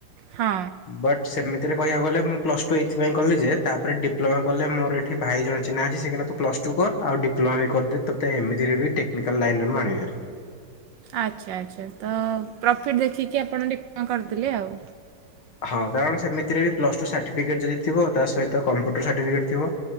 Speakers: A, on the right; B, on the left.
A: ହଁ।
B: ବଟ୍ ସେମିତିରେ କହିବାକୁ ଗଲେ ମୁଁ ପ୍ଲସ୍ ଟୁ ଏଇଥିପାଇଁ କଲି ଯେ ତାପରେ ଡିପ୍ଲୋମା କଲେ ମୋର ଏଠି ଭାଇ ଜଣ ଚିହ୍ନା ଅଛି ସେଟା ତ ପ୍ଲସ୍ ଟୁ କର ଆଉ ଡିପ୍ଲୋମା ବି କରିଦେ। ତୋତ ଏମତିରେ ବି ଟେକ୍ନିକାଲ ଲାଇନରେ ମୁ ଆଣିବିଭାରି।
A: ଆଚ୍ଛା ଆଚ୍ଛା ତ ପ୍ରଫିଟ୍ ଦେଖିକି ଆପଣ ଟିକେ କଣ କରିଦେଲେ ଆଉ।
B: ହଁ କାରଣ ସେମିତିରେ ବି ପ୍ଲସ ଟୁ ସାର୍ଟିଫିକେଟ ଯଦି ଥିବ ତା ସହିତ କମ୍ପୁଟର ସାର୍ଟିଫିକେଟ ଥିବ।